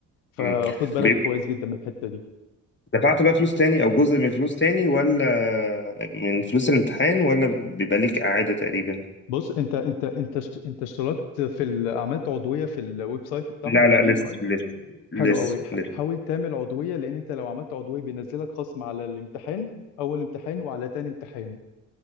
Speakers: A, on the left; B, on the left.
A: فخد
B: امم
A: بالك
B: بيبقى-
A: كويس جدا من الحتة دي
B: دفعت بقى فلوس تاني او جزء من الفلوس تاني ولا من فلوس الامتحان ولا بيبقى ليك اعادة تقريبا
A: بص انت انت انت اشت- انت اشتركت في ال- عملت عضوية في الويب سايت بتاعهم
B: لا
A: في
B: لا
A: البي ام
B: لسه لسه لسه
A: حلو قوي ح-
B: لسه
A: حاول تعمل عضوية لأن أنت لو عملت عضوية بينزلك خصم على الامتحان أول امتحان وعلى تاني امتحان